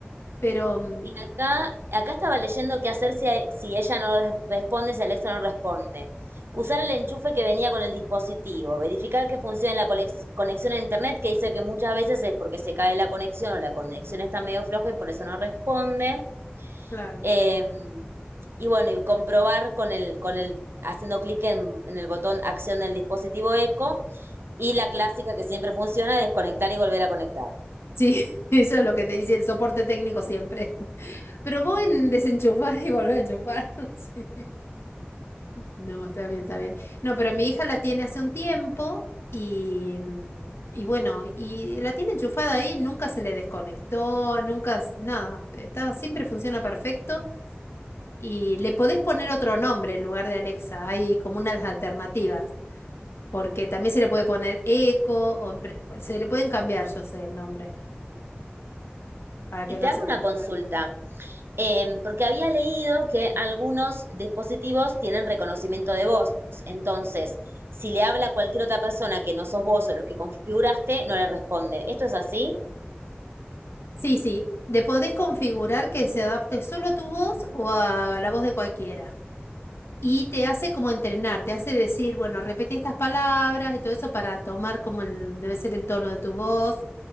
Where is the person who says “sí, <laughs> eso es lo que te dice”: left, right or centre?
Left